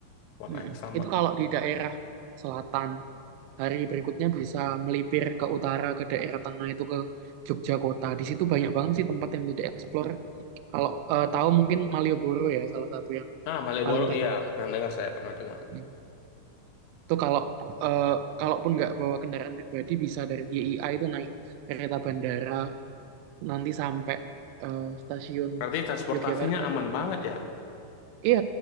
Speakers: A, on the left; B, on the right.
A: warnanya
B: Mm-mm.
A: sama.
B: Itu kalau di daerah selatan. hari berikutnya bisa melipir ke utara ke daerah tengah itu ke Jogja kota. Di situ banyak banget sih tempat yang bisa dieksplor. Kalau eh, tahu mungkin Malioboro ya salah satu yang
A: Nah Malioboro
B: paling terkenal.
A: iya pernah dengar saya pernah dengar.
B: Mm. Itu kalau eh, kalaupun nggak bawa kendaraan pribadi bisa dari YIA itu naik kereta bandara nanti sampai eh, stasiun
A: Berarti transportasinya
B: Yogyakarta
A: aman
B: Tugu
A: banget ya.
B: Iya,